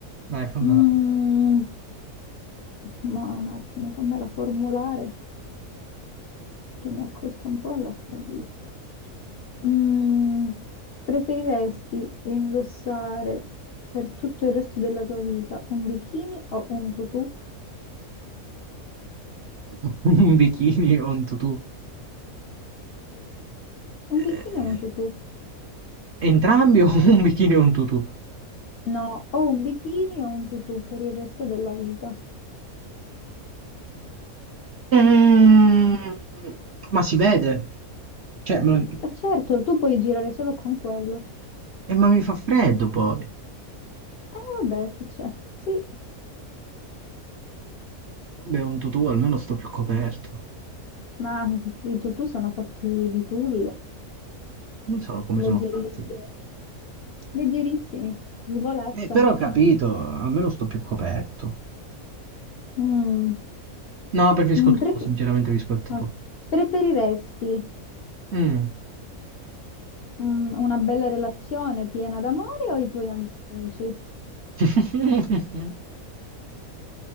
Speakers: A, on the right; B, on the left.
A: Dai, fammela
B: Mm,
A: te.
B: ma un attimo, fammela formulare, che mi ha colto un po' alla sprovvista. Mm, preferiresti indossare per tutto il resto della tua vita un bikini o un tutù?
A: <laughs> Un bikini o un tutù? Eh,
B: Un bikini o un tutù?
A: Entrambi o un bikini e un tutù?
B: No, o un bikini o un tutù per il resto della vita.
A: Mm, ma si vede. Cioè, me lo-
B: E certo, tu puoi girare solo con quello.
A: eh, ma mi fa freddo poi.
B: Eh, vabbè, che c'è? Sì,
A: Vabbè, un tutù almeno sto più coperto.
B: ma i tutù sono fatti di tulle,
A: Non so come sono
B: leggerissimi,
A: fatti.
B: leggerissimi, svolazzano.
A: Eh, però ho capito, almeno sto più coperto.
B: Mm,
A: No, preferisco
B: mm,
A: il tuo,
B: pref-
A: sinceramente rispetto
B: ok.
A: a tu.
B: Preferiresti
A: Mm.
B: Mm, una bella relazione piena d'amore o i tuoi amici?
A: <laughs>